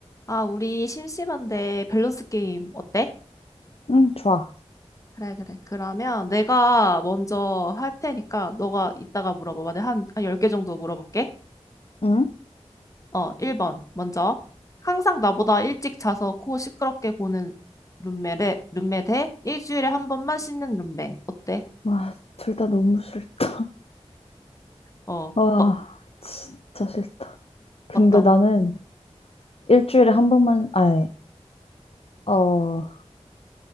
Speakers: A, on the left (about 30°); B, on the left (about 55°).
A: 아, 우리 심심한데 밸런스 게임 어때?
B: 응, 좋아.
A: 그래, 그래. 그러면 내가 먼저 할 테니까 너가 이따가 물어봐봐. 내가 한, 한 10개 정도 물어볼게.
B: 응?
A: 어, 1번. 먼저. 항상 나보다 일찍 자서 코 시끄럽게 고는 룸메, 룸메 대 일주일에 한 번만 씻는 룸메. 어때?
B: 와, 둘 다 너무 싫다. <laughs>
A: 어,
B: 와,
A: 어,
B: 진짜 싫다. 근데
A: 어떤?
B: 나는 일주일에 한 번만, 아니, 어,